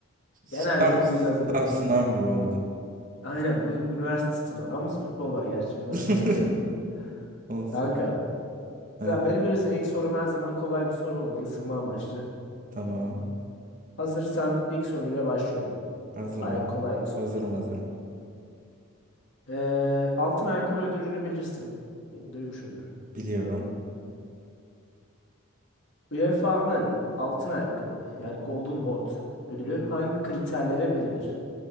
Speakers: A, on the right (about 40°); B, on the left (about 60°).
A: Sınav,
B: Genel bir quiz
A: sınav,
B: hazırladım.
A: sınav gibi oldu.
B: Aynen bu üniversite sınavı ama futbol var gerçi üniversite
A: <laughs>
B: sınavı futbol. yok.
A: Olsun.
B: Kanka,
A: Heh,
B: ya beni bilirsin ilk sorum her zaman kolay bir soru olur ısınma amaçlı.
A: tamam.
B: Hazırsam ilk soruyla başlıyorum.
A: Hazırım.
B: Baya kolay bir soru.
A: Hazırım, hazırım.
B: Ee, altın ayakkabı ödülünü bilirsin. Duymuşsundur.
A: Biliyorum.
B: UEFA'nın altın ayakkabı yani Golden Boot ödülü hangi kriterlere verilir?